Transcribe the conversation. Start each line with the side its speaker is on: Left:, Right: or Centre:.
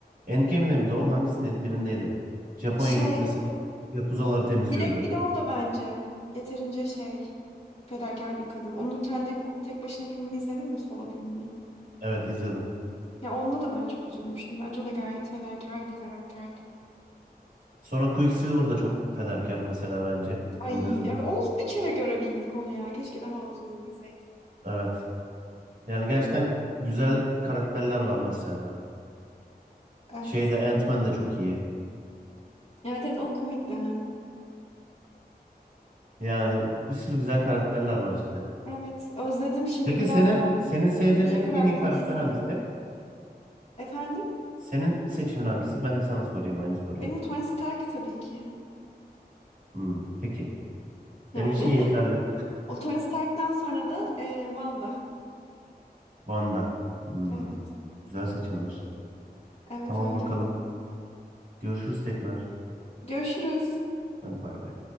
Right: Endgame'de miydi o? Hangisindeydi? Birindeydi. Japonya'ya
Left: Şey,
Right: gidip mesela Yakuzaları temizliyordu.
Left: Black Widow da bence yeterince şey, fedakar bir kadın. Onun kendi tek başına filmini izledin mi? Solo filmini.
Right: Evet izledim.
Left: Ya onunla da ben çok üzülmüştüm. Bence o da gayet fedakar bir karakterdi.
Right: Sonra Quicksilver da çok fedakar mesela bence
Left: Ay
Right: benim gözümde.
Left: evet onu bir kere görebildik onu ya. Keşke daha uzun izleseydik.
Right: Evet. Yani gerçekten güzel karakterler var mesela.
Left: Evet.
Right: Şeyde Ant-Man de çok iyi.
Left: Evet evet o komikti hem.
Right: Yani bir sürü güzel karakterler var işte.
Left: Evet, özledim şimdi.
Right: Peki
Left: Birazdan
Right: senin senin sevdiğin
Left: bir
Right: en,
Left: fragmanı
Right: en iyi karakter
Left: izleyelim.
Right: hangisi?
Left: Efendim?
Right: Senin seçimin hangisi? Ben de sana sorayım aynı soruyu.
Left: Benim Tony Stark tabii ki.
Right: Hmm, peki.
Left: Yani
Right: Benim için yeterli.
Left: <laughs> o Tony Stark'tan sonra da e, Wanda.
Right: <laughs> Wanda. Hmm,
Left: Evet,
Right: güzel seçimler.
Left: evet
Right: Tamam
Left: öyle.
Right: bakalım. Görüşürüz tekrar.
Left: Görüşürüz.
Right: Hadi bay bay.